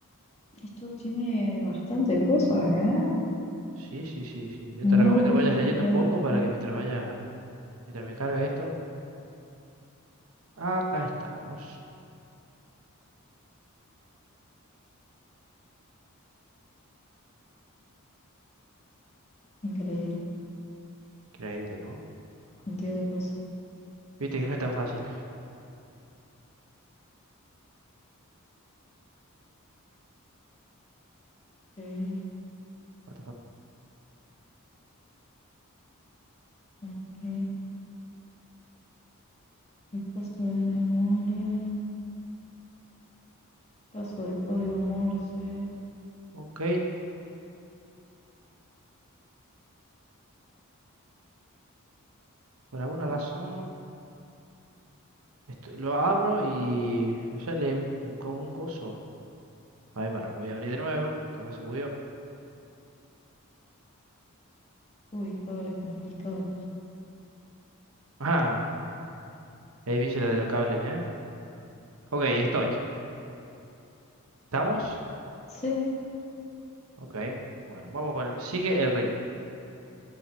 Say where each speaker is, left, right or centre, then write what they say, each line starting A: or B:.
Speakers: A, on the left (about 30°); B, on the right (about 75°).
A: Esto tiene bastante cosas, ¿eh?
B: Sí, sí, sí, sí. Yo te
A: Módulo,
B: recomiendo que vayas leyendo
A: módulo,
B: un poco para que mientras vayas, mientras me carga esto. Acá estamos.
A: increíble,
B: Increíble, ¿no?
A: cantidad de cosas.
B: Viste que no es tan fácil.
A: Eh,
B: What the fuck.
A: ok, Repaso de memoria, paso de código Morse,
B: Ok, por alguna razón esto- lo abro y me sale un, como un coso. A ver, pará, lo voy a abrir de nuevo. Capaz se bugueó.
A: uy, cables complicados.
B: Ah, es difícil la de los cables, ¿eh? Ok, estoy. ¿Estamos?
A: Sí,
B: Ok, bueno, vamos con el- Sigue el ritmo.